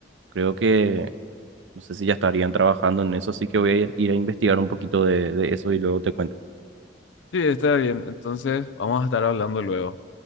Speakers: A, on the right; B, on the left.
A: creo que, no sé si ya estarían trabajando en eso, así que voy a ir a investigar un poquito de, de eso y luego te cuento.
B: Sí, está bien. Entonces, vamos a estar hablando luego.